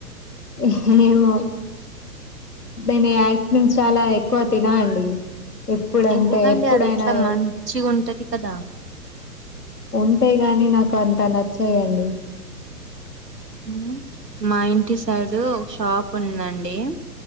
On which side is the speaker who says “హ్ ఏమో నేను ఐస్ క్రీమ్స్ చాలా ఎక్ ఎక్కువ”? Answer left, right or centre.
Left